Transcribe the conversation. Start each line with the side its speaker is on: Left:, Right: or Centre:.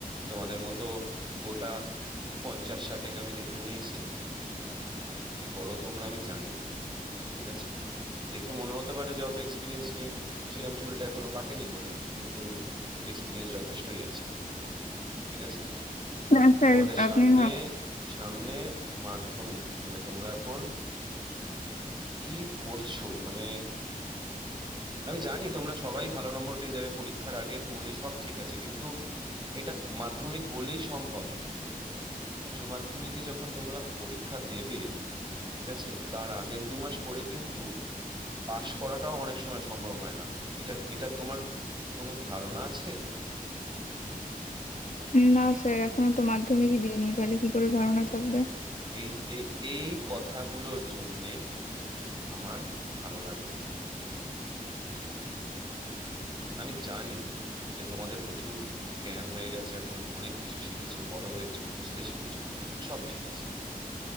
Right: তোমাদের মতো গোটা পঞ্চাশ ষাটেক আমি দেখে নিয়েছি কি করো তোমরা আমি জানি ঠিক আছে দেখে মনে হতে পারে যে অত এক্সপিরিয়েন্স নেই সেরকম চুলটা এখনো পাকেনি বলে কিন্তু এক্সপিরিয়েন্স যথেষ্টই আছে ঠিক আছে
Left: না স্যার
Right: তোমাদের
Left: আপনি
Right: সামনে
Left: না
Right: সামনে মাধ্যমিক মানে তোমরা এখন কি করছো মানে আমি জানি তোমরা সবাই ভালো নম্বর পেয়ে যাবে পরীক্ষার আগে পড়ে সব ঠিক আছে কিন্তু এটা মাধ্যমিক বলেই সম্ভব উচ্চ মাধ্যমিকে যখন তোমরা পরীক্ষা দেবে ঠিক আছে তার আগের দু মাস পরে কিন্তু পাশ করাটাও অনেক সময় সম্ভব হয় না এটা এটা তোমার কোনো ধারণা আছে
Left: না স্যার এখনো তো মাধ্যমিকই দিইনি তাহলে কি করে ধারণা থাকবে
Right: এই এই এই কথাগুলোর জন্যে আমার ভালো লাগে না আমি জানি যে তোমাদের প্রচুর জ্ঞান হয়ে গেছে এখন অনেক কিছু শিখেছো বড় হয়েছো বুঝতে শিখেছো সব ঠিক আছে